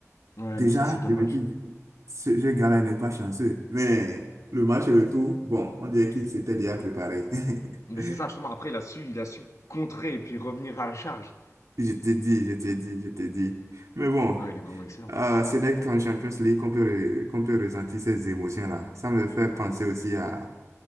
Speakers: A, on the left (about 80°); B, on the right (about 80°).
A: Ouais,
B: Déjà,
A: mais ça, c'est dommage.
B: je me dis, ce ce gars-là n'est pas chanceux. Mais le match retour, bon, on dirait qu'il s'était déjà préparé. <laughs>
A: Mais c'est ça, justement. Après, il a su, il a su contrer et puis revenir à la charge.
B: Je t'ai dit, je t'ai dit, je t'ai dit. Mais bon,
A: Non, il est vraiment excellent.
B: euh, ce n'est qu'en Champions League qu'on peut, re- qu'on peut ressentir ces émotions-là. Ça me fait penser aussi à,